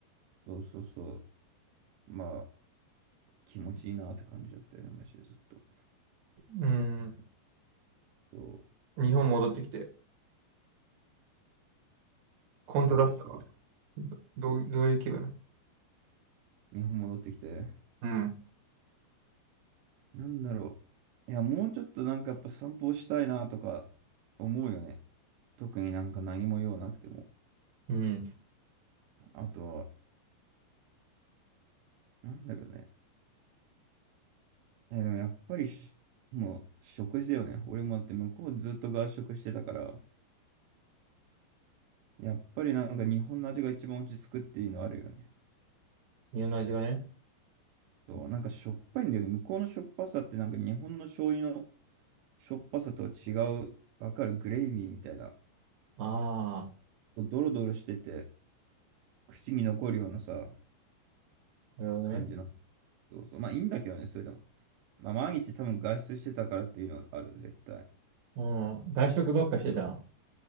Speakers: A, on the right; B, on the right.
A: そうそうそう、まあ気持ちいいなって感じだったよね、マジでずっと。
B: うん。
A: そ
B: 日本戻ってきて、コントラストは、
A: う、そうそう、
B: どう、どういう気分
A: 日本戻ってきて、
B: うん。
A: なんだろう。いや、もうちょっとなんかやっぱ散歩したいなとか思うよね。特になんか何も用なくても。
B: うん。
A: あとはなんだろうね。え、でもやっぱりしもう食事だよね。俺もだって向こうずっと外食してたから、やっぱりなんか日本の味が一番落ち着くっていうのあるよね。
B: 家の味がね。
A: そう、なんかしょっぱいんだよね。向こうのしょっぱさってなんか日本の醤油のしょっぱさとは違う、わかるグレイビーみたいな、
B: あ
A: こうドロドロしてて、口に残るようなさ、
B: あ、なるほどね。
A: 感じの。そうそう。まあいいんだけどね、それでも。まあ毎日多分外出してたからっていうのはある、絶対。
B: うん。外食ばっかしてた。